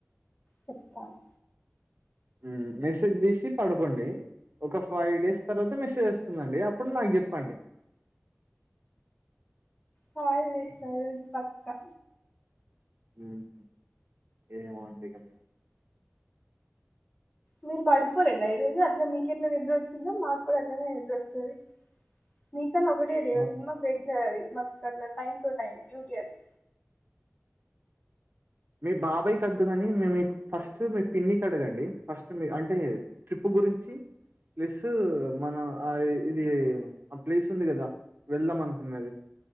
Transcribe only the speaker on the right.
హ్మ్ మెసేజ్ చేశి పడుకోండి ఒక ఫైవ్ డేస్ తర్వాత మెసేజ్ వస్తుందండి అప్పుడు నాకు చెప్పండి.
హుహ్ ఏమో అండి ఇగ మీరు
అవును.
మీ బాబాయ్ కద్దు కాని మేము ఫస్ట్ మీ పిన్నికి అడగండి ఫస్ట్ మీ అంటే ట్రిప్ గురించి ప్లస్ మన ఆ ఇది ఆ ప్లేస్ ఉంది కదా వెళ్దాం అనుకున్నది,